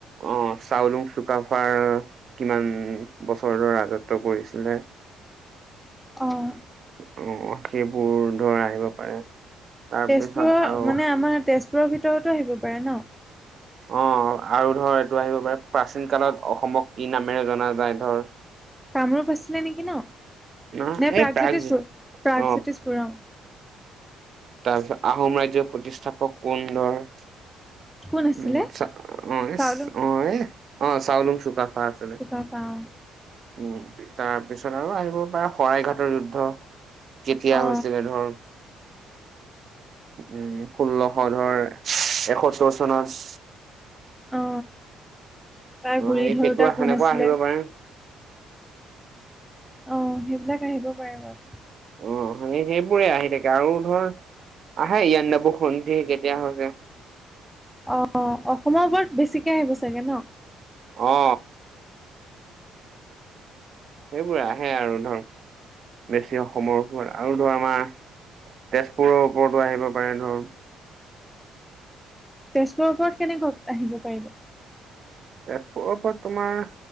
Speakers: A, on the right; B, in the centre.
A: অ চাওলুং চুকাফাৰ কিমান বছৰৰ ৰাজত্ব কৰিছিলে?
B: অঁ।
A: উম অ সেইবোৰ ধৰা আহিব পাৰে। তাৰপিছত
B: তেজপুৰৰ
A: আৰু
B: মানে আমাৰ তেজপুৰৰ ভিতৰতো আহিব পাৰে ন?
A: অ আৰু ধৰ এইটো আহিব পাৰে প্ৰাচীন কালত অসমক কি নামেৰে জনা যায় ধৰ।
B: কামৰূপ আছিলে নেকি ন?
A: নহ
B: নে
A: এই
B: প্ৰাগজ্যোতিষপুৰ
A: প্ৰাগ
B: প্ৰাগজ্যোতিষপুৰ
A: অ
B: অ।
A: তাৰ পিছত আহোম ৰাজ্যৰ প্ৰতিষ্ঠাপক কোন ধৰ।
B: কোন আছিলে
A: উম চা অ এ
B: চাউলু
A: অ অ এ চাউলুং চুকাফা আছে।
B: চুকাফা অ।
A: উম তাৰ পিছত আৰু আহিব পাৰে শৰাইঘাটৰ যুদ্ধ কেতিয়া
B: অ
A: হৈছিলে ধৰ। উম ষোল্লশ ধৰ এসত্তৰ চনত।
B: অ, তাৰ
A: অ
B: গুৰি
A: সেই
B: ধৰোতা
A: সেইটো সেনেকুৱা
B: কোন আছিলে?
A: আহিব পাৰে
B: অঁ সেইবিলাক আহিব পাৰে বাৰুতে।
A: অ সেই সেইবোৰে আহি থাকে আৰু ধৰ - আহে ইয়ান্দাবুসন্ধী কেতিয়া হৈছিল?
B: অ অ, অসমৰ ওপৰত বেছিকে আহিব চাগে ন?
A: অ। সেইবোৰে আহে আৰু ধৰক - বেছি অসমৰ ওপৰত আৰু ধৰ আমাৰ তেজপুৰৰ ওপৰতো আহিব পাৰে ধৰ।
B: তেজপুৰৰ ওপৰত কেনেকৈ আহিব পাৰিব?
A: তেজপুৰৰ ওপৰত তোমাৰ